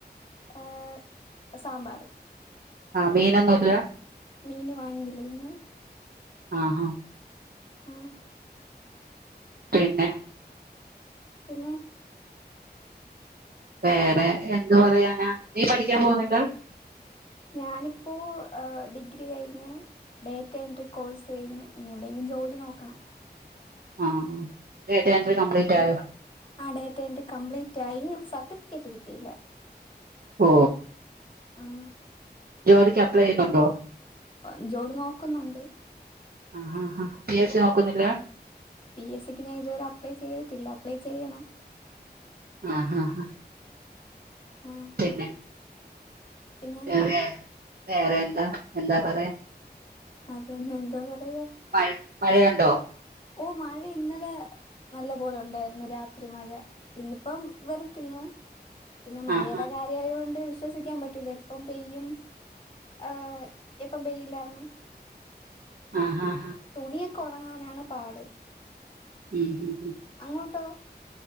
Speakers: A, on the left; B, on the right.
A: ആ സാമ്പാർ.
B: ആ മീനൊന്നുല്ല
A: മീന് വാങ്ങീല ഇന്ന്
B: ആഹാ
A: ആഹ്
B: പിന്നെ
A: പിന്നെ
B: വേറെ എന്ത് പറയാനാ നീ പഠിക്കാൻ പോന്ന്ല്ലാ
A: ഞാനിപ്പോ ആ ഡിഗ്രി കഴിഞ്ഞ് ഡേറ്റ എൻട്രി കോഴ്സ് കഴിഞ്ഞ് ഇനി എവിടെയെങ്കിലും ജോലി നോക്കണം
B: ആ ആ ഡേറ്റാ എൻട്രി
A: ആഹ്
B: കംപ്ലീറ്റായോ?
A: ആ ഡേറ്റ എൻട്രി കംപ്ലീറ്റ് ആയി സർട്ടിഫിക്കറ്റ് കിട്ടിയില്ല
B: ഓ
A: ആഹ്.
B: ജോലിക്ക് അപ്ലൈ ചെയ്യുന്നുണ്ടോ?
A: അഹ് ജോലി നോക്കുന്നുണ്ട്.
B: ആഹ് ഹാ ഹാ. പി എസ് സി നോക്കുന്നില്ല?
A: പി എസ് സി ക്ക് ഞാൻ ഇതുവരെ അപ്ലൈ ചെയ്തിട്ടില്ല. അപ്ലൈ ചെയ്യണം.
B: ആഹ് ഹാ ഹാ.
A: ആഹ്.
B: പിന്നെ?
A: പിന്നെ
B: വേറെ? വേറെയെന്താ? എന്താ പറേ?
A: അതന്നെ, എന്താ പറയാ?
B: മഴ മഴയുണ്ടോ?
A: ഓഹ് മഴ ഇന്നലെ നല്ല പോലെ ഉണ്ടായിരുന്നു രാത്രി മഴ. ഇന്നിപ്പം വെറക്കുന്നു. പിന്നെ മഴേടെ
B: ആ ഹാ
A: കാര്യായോണ്ട് വിശ്വസിക്കാൻ പറ്റൂലേ. എപ്പം പെയ്യും ഈഹ് എപ്പം പെയ്യില്ലാന്ന്.
B: ആഹ് ഹാ ഹാ.
A: തുണിയൊക്കെ ഒണങ്ങാനാണ് പാട്.
B: ഊ ഹ്മ്മ് ഹ്മ്മ്.
A: അങ്ങോട്ടോ?